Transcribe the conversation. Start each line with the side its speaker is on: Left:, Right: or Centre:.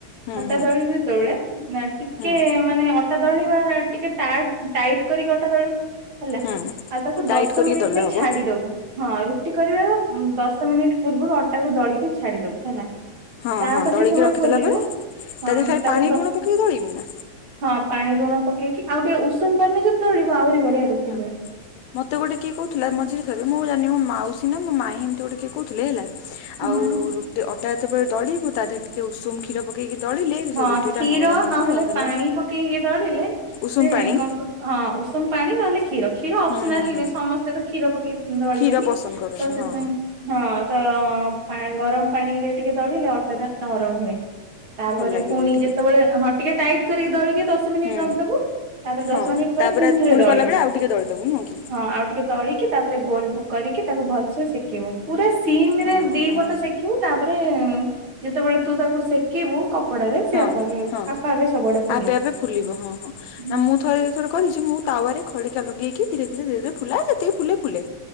Left: ହୁଁ
Right: ଅଟା
Left: ହୁଁ
Right: ଦଳିବୁ ଯେତୋଳେ ନା ଟିକେ
Left: ହୁଁ
Right: ମାନେ ଅ ଅଟା ଦଳିବା ଟିକେ ଟା ଟାଇଟ୍ କରି ଅଟା ଦଳିବୁ। ହେଲା
Left: ହୁଁ
Right: ଆଉ ତାକୁ
Left: ଟାଇଟ୍
Right: ଦଶ
Left: କରିକି
Right: ମିନିଟ୍
Left: ଦଳିଲେ
Right: ପାଇଁ
Left: ହବ
Right: ଛାଡି ଦବୁ ହଁ ରୁଟି କରିବାର ଦଶ ମିନିଟ୍ ପୂର୍ବରୁ ଅଟାକୁ ଦଳିକି ଛାଡିଦବୁ ହେଲା।
Left: ହଁ
Right: ତାପରେ
Left: ହଁ ଦଳିକି
Right: ଯେତେବେଳେ
Left: ରଖିଦେଲା
Right: ଖୋଲିବୁ
Left: ପରେ ତା
Right: ହଁ
Left: ଦେହରେ ଖାଲି
Right: ତାପରେ
Left: ପାଣି ଲୁଣ ପକେଇକି ଦଳିବି ନା
Right: ହଁ ପାଣି ଲୁଣ ପକେଇକି ଆଉ ଟିକେ ଉଷୁମ ପାଣିରେ ଯଦି ଦଳିବ ଆହୁରି ବଢିଆ ରୁଟି
Left: ହଁ।
Right: ହୁଏ
Left: ମତେ ଗୋଟେ କିଏ କହୁଥିଲା ମଝିରେ ଥରେ ମୁଁ ଜାଣି ମୋ ମାଉସୀ ନା ମୋ ମାଇଁ ଏମିତି ଗୋଟେ କିଏ କହୁଥିଲେ ହେଲା
Right: ହୁଁ।
Left: ଆଉ ରୁଟି ଅଟା ଯେତେବେଳେ ଦଳିବୁ ତା ଦେହରେ ଟିକେ ଉଷୁମ କ୍ଷୀର ପକେଇକି ଦଳିଲେ
Right: ହଁ
Left: ସେ ରୁଟି
Right: କ୍ଷୀର
Left: ଟା ନରମ ହବ
Right: ନହେଲେ
Left: ଆଉ ହେଲା
Right: ପାଣି ପକେଇକି ଦଳିଲେ
Left: ଉଷୁମ
Right: ସେ
Left: ପାଣି
Right: କଣ କ ହଁ ଉଷୁମ ପାଣି ନହେଲେ କ୍ଷୀର। କ୍ଷୀର ଅପସନାଲ
Left: ହୁଁ ହୁଁ ହୁଁ
Right: ସମସ୍ତେ ତ କ୍ଷୀର ପକେଇ ଦଳିବେନି
Left: କ୍ଷୀର ପସନ୍ଦ କରନି
Right: ତ ସେଥିପାଇଁ
Left: ହଁ
Right: ହଁ। ତ ପା ଗରମ ପାଣିରେ ଟିକେ ଦଳିଲେ ଅଟଟା ନରମ ହୁଏ। ତାପରେ
Left: ଭଲ ଲାଗିବ
Right: ପୁଣି
Left: ବି ଟିକେ
Right: ଯେତୋବୋଳେ ହଁ ଟିକେ ଟାଇଟ୍ କରିକି ଦଳିକି ଦଶ ମିନିଟ୍
Left: ହୁଁ
Right: ରଖିଦବୁ। ତାପରେ ଦଶ
Left: ହଁ
Right: ମିନିଟ୍ ପରେ
Left: ତାପରେ
Right: ପୁଣି ଥରେ ଦଳିବୁ
Left: କଲା ବେଳେ ଆଉ ଟିକେ ଦଳିଦବୁ ନୁହଁ କି
Right: ହଁ ଆଉ ଟିକେ ଦଳିକି ତାପରେ ଗୋଲ ଗୁ କରିକି ତାକୁ ଭଲସେ ସେକିବୁ ପୁରା ସିମ୍
Left: ହଁ
Right: ରେ ଦି
Left: ହଁ
Right: ପଟ ସେକିବୁ ତାପରେ ଯେତେବେଳେ ତୁ ତାକୁ ସେକିବୁ କପଡାରେ। ସେ
Left: ହଁ
Right: ଆପେ ଆପେ
Left: ହଁ
Right: ଆପେ ଆପେ ସବୁଆଡେ ଫୁଲିବ।
Left: ଆପେ ଆପେ ଫୁଲିବ ହଁ ହଁ
Right: ହୁଁ
Left: ନା ମୁଁ ଥରେ କରିଛି ମୁଁ ତାୱରେ ଖଡିକା ଲଗେଇକି ଧୀରେ ଧୀରେ ଧୀରେ ଧୀରେ ଫୁଲାଏ ଯେତିକି ଫୁଲେ ଫୁଲେ।